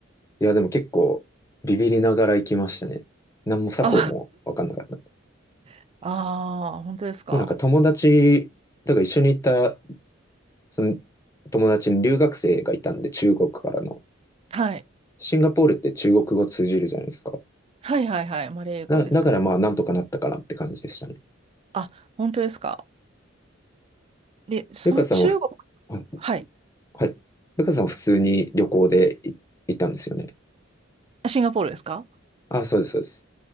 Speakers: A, on the left (about 15°); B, on the right (about 30°).
A: いや、でも結構ビビりながら行きましたね。何も作法もわかんなかった。
B: あ、<laughs> あー、本当ですか。
A: もうなんか友達、だから一緒に行った、その友達に留学生がいたんで、中国からの。
B: はい。
A: シンガポールって中国語通じるじゃないですか。
B: はいはいはい。マレー語ですかね。
A: だ、だからまあなんとかなったかなって感じでしたね。
B: あ、本当ですか。で、その中国、
A: ゆかさんは、あ
B: はい。
A: はい。ゆかさんは普通に旅行でい行ったんですよね。
B: あシンガポールですか
A: ああ、そうです、そうです。